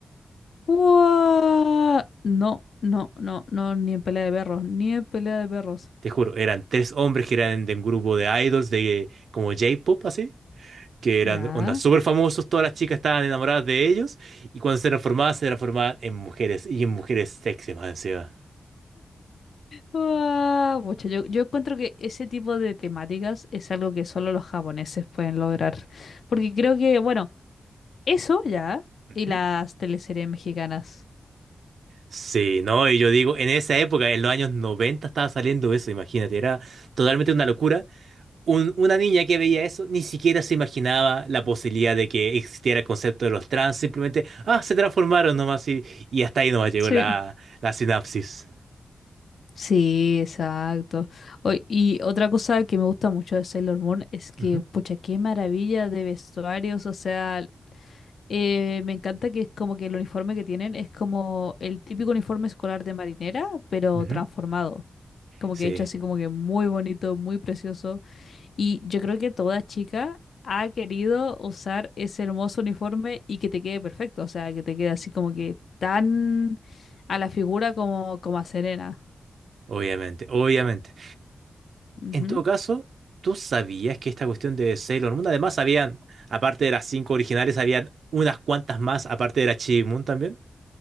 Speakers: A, on the left; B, on the right.
A: ¡Guau! No, no, no, no, ni en pelea de perros, ni en pelea de perros.
B: Te juro, eran tres hombres que eran de un grupo de idols de como J-pop, así, que eran
A: ¿Ya?
B: ondas súper famosos, todas las chicas estaban enamoradas de ellos y cuando se transformaban, se transformaban en mujeres y en mujeres sexy más encima.
A: ¡Guau! Pucha, yo, yo encuentro que ese tipo de temáticas es algo que solo los japoneses pueden lograr. Porque creo que, bueno... Eso ya.
B: Ujú.
A: Y las teleseries mexicanas.
B: Sí, no, y yo digo, en esa época, en los años 90 estaba saliendo eso, imagínate, era totalmente una locura un- una niña que veía eso ni siquiera se imaginaba la posibilidad de que existiera el concepto de los trans, simplemente, ah, se transformaron nomás y, y hasta ahí nomás llegó
A: Sí.
B: la, la sinapsis.
A: Sí, exacto. O- y otra cosa que me gusta mucho de Sailor Moon es que,
B: Ujú,
A: pucha, qué maravilla de vestuarios. O sea, eh, me encanta que es como que el uniforme que tienen es como el típico uniforme escolar de marinera, pero
B: ujú.
A: transformado. Como
B: Sí,
A: que hecho así como que muy bonito, muy precioso. Y yo creo que toda chica ha querido usar ese hermoso uniforme y que te quede perfecto, o sea, que te quede así como que tan a la figura como, como a Serena.
B: obviamente, obviamente.
A: Ujú.
B: En todo caso, ¿tú sabías que esta cuestión de Sailor Moon, además habían, aparte de las cinco originales, habían unas cuantas más, aparte de la Chi Moon también?